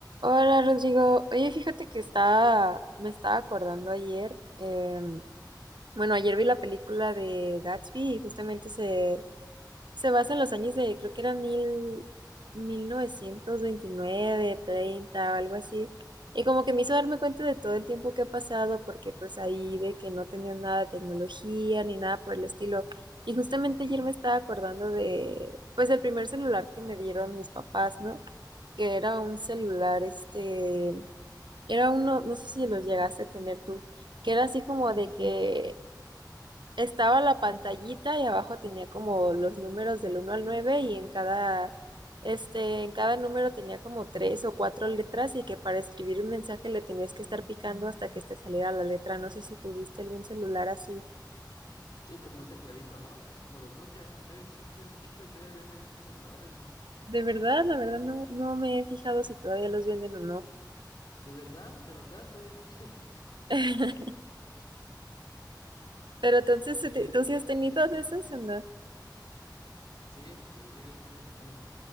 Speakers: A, on the right; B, on the left.
A: Hola Rodrigo, oye fíjate que estaba, me estaba acordando ayer, em, bueno ayer vi la película de Gatsby y justamente se, se basa en los años de, creo que era mil, 1929, 30 o algo así. Y como que me hizo darme cuenta de todo el tiempo que ha pasado, porque pues ahí de que no tenían nada de tecnología ni nada por el estilo. Y justamente ayer me estaba acordando de, pues, el primer celular que me dieron mis papás, ¿no? Que era un celular, este, era uno, no sé si lo llegaste a tener tú, que era así como de que estaba la pantallita y abajo tenía como los números del uno al 9 y en cada, este, en cada número tenía como tres o cuatro letras y que para escribir un mensaje le tenías que estar picando hasta que te saliera la letra. No sé si tuviste algún celular así.
B: Sí, como un tecladito, ¿no? Pues como los Nokia, pues todavía existen. De hecho, creo que todavía venden esos celulares, ¿no?
A: De verdad, la verdad no, no me he fijado si todavía los venden o no.
B: De verdad, de verdad, todavía venden. <laughs>
A: <laughs> Pero entonces,
B: Sí,
A: ¿tú tú
B: entonces,
A: sí has tenido
B: <laughs>
A: de esos o no?
B: sí, pues yo llegué a tener, bueno,